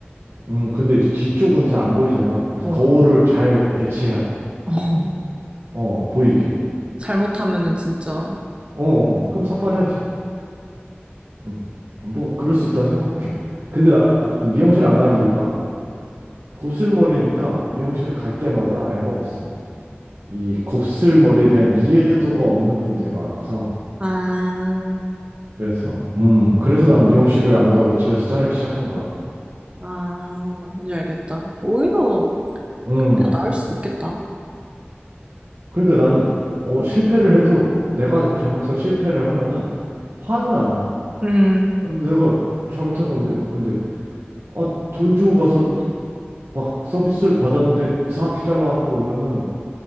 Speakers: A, on the right (about 70°); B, on the right (about 25°).
A: 음, 근데 이제 뒤쪽은 잘 안 보이잖아. 그래서
B: 어.
A: 거울을 잘 배치해야 돼.
B: 어,
A: 어, 보이게.
B: 잘못하면은 진짜.
A: 어, 어, 그럼 삭발해야지. 음, 뭐, 그럴 수 있다 생각해. 근데 나는 미용실 안 가는 이유가 곱슬머리니까 미용실을 갈 때마다 애먹었어. 이 곱슬머리에 대한 이해도가 없는 분들이 많아서.
B: 아,
A: 그래서, 음, 그래서 난 미용실을 안 가고 집에서 자르기 시작한 거야.
B: 아, 뭔지 알겠다. 오히려
A: 음,
B: 나을 수 있겠다.
A: 그러니까 나는 어, 실패를 해도 내가 잘못해서 실패를 하면은 화는 안 나.
B: 음.
A: 내가 잘못한 건데 뭐 근데 아, 돈 주고 가서 막 서비스를 받았는데 이상하게 잘라갖고 오면은